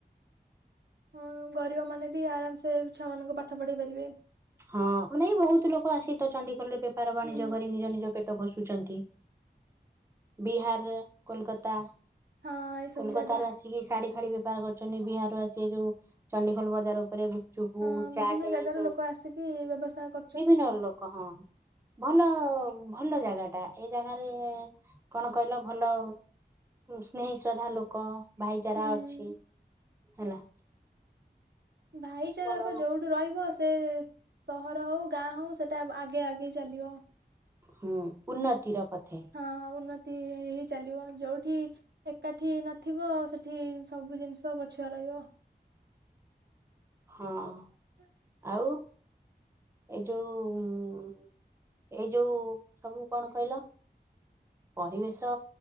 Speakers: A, on the right (about 80°); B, on the right (about 15°).
A: ହଁ ଗରିବ ମାନେ ବି ଆରାମ ସେ ଛୁଆମାନଙ୍କୁ ପାଠ ପଢ଼େଇ ପାରିବେ।
B: ହଁ ମାନେ ବହୁତ ଲୋକ ଆସି ତ ଚଣ୍ଡିଖୋଲରେ ବେପାର ବାଣିଜ୍ୟ
A: ହୁଁ।
B: କରି ନିଜ ନିଜ ପେଟ ପୋଷୁଛନ୍ତି। ବିହାର କୋଲକାତା
A: ହଁ ଏଇ ସବୁ
B: କୋଲକତା
A: ଜାଗା
B: ରୁ ଆସି କିି ଶାଢ଼ୀ ଫାଢ଼ୀ ବେପାର କରୁଛନ୍ତି ବିହାରରୁ ଆସି ଏ ଯୋଉ ଚଣ୍ଡିଗୋଲ ବଜାର ଉପରେ ଗୁପଚୁପୁ
A: ହଁ ବିଭିନ୍ନ
B: ଚାଟ
A: ଜାଗାରୁ
B: ଏ ସବୁ
A: ଲୋକ ଆସିକି ବ୍ୟବସାୟ କର
B: ବିଭିନ୍ନ ଲୋକ ହଁ। ଭଲ ଭଲ ଜାଗାଟା ଏଇ ଜାଗାରେ କଣ କହିଲ ଭଲ? ସ୍ନେହୀ ଶ୍ରଦ୍ଧା ଲୋକ ଭାଇଚାରା
A: ହୁଁ।
B: ଅଛି ହେଲା।
A: ଭାଇଚାରା
B: ଭଲ
A: ବା ଯୋଉଠ୍ ରହିବ ସେ ସହର ହଉ ଗାଁ ହଉ ସେଟା ଆଗେ ଆଗେଇ ଚାଲିବ।
B: ହୁଁ ଉନ୍ନତିର ପଥେ।
A: ହଁ ଉନ୍ନତି ହେଇ ହେଇ ଚାଲିବ ଯୋଉଠି ଏକାଠି ନଥିବ ସେଠି ସବୁ ଜିନିଷ ପଛୁଆ ରଇବ।
B: ହଁ।
A: <unintelligible>
B: ଆଉ ଏଇ ଯୋଉ ଏଇ ଯୋଉ ସବୁ କଣ କହିଲ? ପରିବେଶ